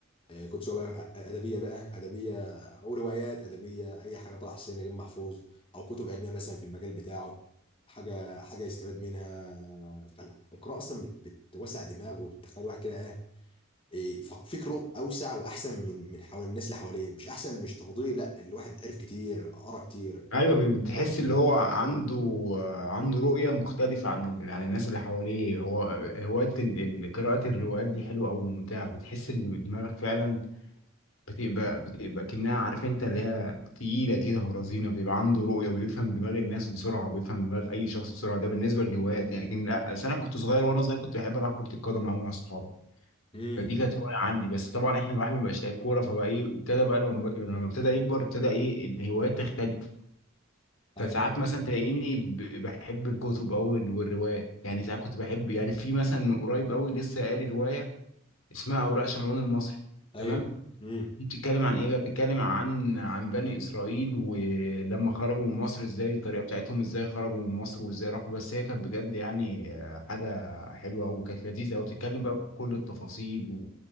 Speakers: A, on the left; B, on the left.
A: آه، كنت سواء بقى ادبيه بقى ادبيه او روايات ادبيه اي حاجه طه حسين نجيب محفوظ او كتب علميه مثلا في المجال بتاعه حاجه حاجه يستفاد منها فالقراءه اصلا بت- بتوسع الدماغ وبتخلي الواحد كده ايه إيه، فك- فكره اوسع واحسن من من حوالي الناس اللي حواليه مش احسن مش تفضيلي لا الواحد عرف كتير قرا كتير
B: ايوه بي- بتحس
A: فكر كتير
B: اللي هو عنده عنده رؤيه مختلفه عن ال- عن الناس اللي حواليه هو هوايه ال- ال- قراءه الروايات دي حلوه او ممتعه بتحس ان دماغك فعلا بتبقى بتبقى كأنها عارف انت اللي هي تقيله كده ورزينه بيبقى عنده رؤيه وبيفهم دماغ الناس بسرعه وبيفهم دماغ اي شخص بسرعه ده بالنسبه للهوايات يعني لكن لا أصل انا كنت صغير وانا صغير كنت بحب العب كره القدم قوي مع اصحابي
A: امم
B: فدي كانت هوايه عندي بس طبعا احنا الواحد ما بقاش لعيب كوره فبقى ايه ابتدى بقى لما لما ابتدى يكبر ابتدى ايه الهوايات تختلف فساعات
A: ايوه
B: مثلا تلاقيني ب- بحب الكتب أوي والروايات يعني ساعات كنت بحب يعني في مثلا من قريب أوي لسه قاري رواية اسمها أوراق شمعون المصري
A: ايوه
B: تمام
A: امم
B: دي بتتكلم عن إيه بقى بتتكلم عن عن بني إسرائيل ولما خرجوا من مصر إزاي الطريقة بتاعتهم إزاي خرجوا من مصر وإزاي راحوا بس هي كانت بجد يعني آه، حاجة حلوة أوي كانت لذيذة أوي بتتكلم بقى بكل التفاصيل